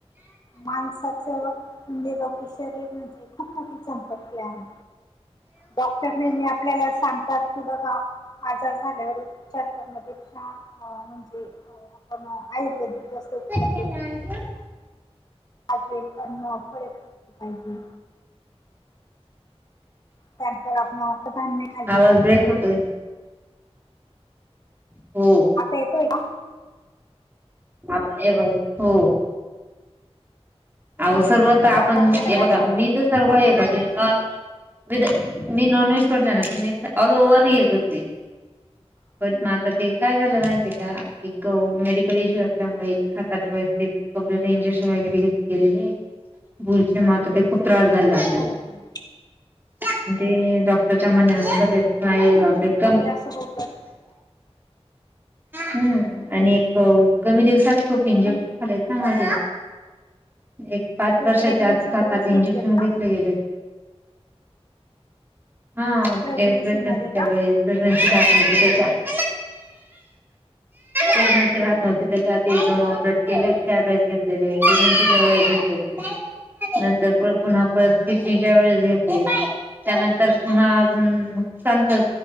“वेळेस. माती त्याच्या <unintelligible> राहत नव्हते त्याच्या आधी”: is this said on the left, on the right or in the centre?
Right